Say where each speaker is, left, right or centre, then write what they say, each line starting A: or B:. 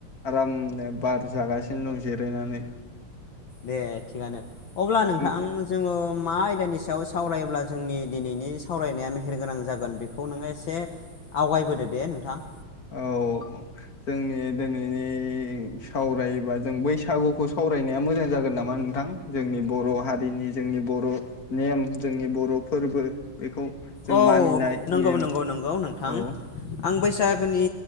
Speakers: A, on the left (about 40°); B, on the left (about 60°).
A: आरामनो बार जागासिनो दं जिरायनानै
B: दे थिगानो अब्ला नोंथां
A: औ
B: जोङो मा आयदानि स सायाव सावरायोब्ला जोंनि दिनैनि सावरायनाया मेहेर गोनां जागोन बेखौ नोङो एसे आवगायबोदो दे नोंथां।
A: औ जोंनि दिनैनि सावरायबा जों बैसागुखौ सावरायनाया मोजां जागोन नामा नोंथां जोंनि बर' हारिनि जोंनि बर' नेम जोंनि बर' फोरबो बेखौ जों
B: औ
A: मानिनाय
B: नंगौ
A: नेम
B: नंगौ नंगौ नोंथां
A: औ
B: आं बैसाग <unintelligible> नि